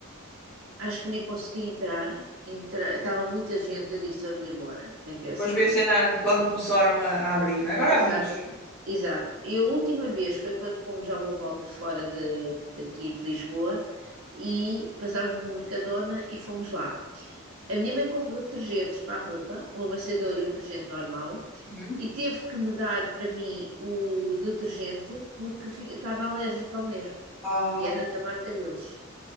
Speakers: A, on the right (about 80°); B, in the centre.
A: acho que nem consegui entrar, entra- estava muita gente, eu disse, vamos embora, nem pensar.
B: Pois vê se na- quando começaram a, a abrir, não é? Agora
A: Exatamente,
B: há muitos.
A: exato. E a última vez foi quando fomos já uma volta fora de, daqui de Lisboa e passámos no Mercadona e fomos lá. A minha mãe comprou detergentes para a roupa, o amassador e o detergente normal,
B: Uhum.
A: e teve que me dar para mim o detergente porque fi- estava alérgica ao mesmo
B: Ah,
A: e era da marca deles.